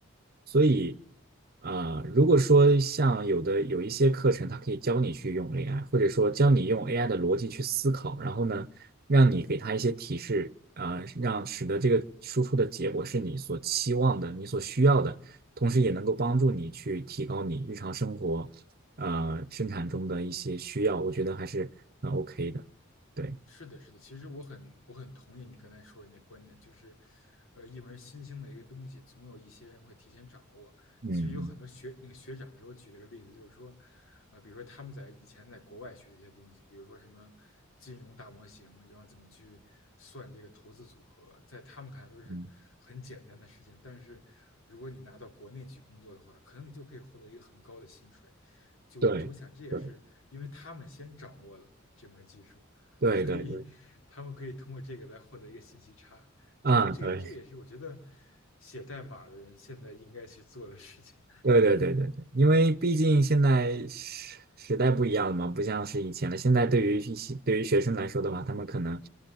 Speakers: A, on the right; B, on the left.
A: 所以，呃，如果说像有的有一些课程，
B: 嗯。
A: 它可以教你去用 AI，或者说教你用 AI 的逻辑去思考，然后呢，让你给它一些提示，啊、让使得这个输出的结果是你所期望的、你所需要的，同时也能够帮助你去提高你日常生活，呃，生产中的一些需要，我觉得还是很 OK 的。对，
B: 是的，是的，其实我很我很同意你刚才说的那观点，就是，呃，一门新兴的一个东西，总有一些人会提前掌握。
A: 嗯嗯
B: 其实有很多学那个学长给我举了个例子，就是说，呃，比如说他们在以前在国外学的一些东西，比如说什么金融大模型，然后怎么去算这个投资组合，在他们看来都是很简单的事情，
A: 嗯，
B: 但是如果你拿到国内去工作的话，可能你就可以获得一个很高的薪水。就就我想，
A: 对，
B: 这也是因为他们先掌握了这门技术。
A: 对，
B: <laughs>
A: 对，
B: 所以他们可以通过这个来获得一个信息差。
A: 对，对，啊，
B: 这个这个这也是我觉得
A: 对。
B: 写代码的人现在应该去做的事情，
A: 对对对对对，因为毕竟现在时时代不一样了嘛，不像是以前了。现在对于一些对于学生来说的话，他们可能